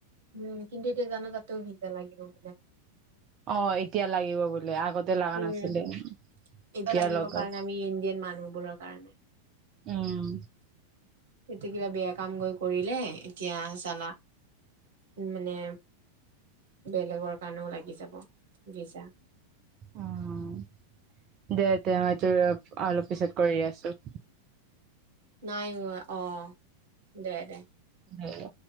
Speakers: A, on the right; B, on the right.
A: উম কিন্তু এতিয়া জানো তাতো ভিজা লাগিব বোলে
B: অ এতিয়া লাগিব বোলে আগতে লগা
A: উম
B: নাছিলে এতিয়া
A: এইটো লাগিব
B: লগাব
A: কাৰণে আমি ইণ্ডিয়ান মানুহবোৰৰ কাৰণে
B: উম
A: এতিয়া কিবা বেয়া কাম গৈ কৰিলে এতিয়া চালা মানে বেলেগৰ কাৰণেও লাগি যাব ভিজা
B: অ দে দে মইতোৰ অলপ পিছত কৰি আছো
A: নাই অ দে দে
B: উ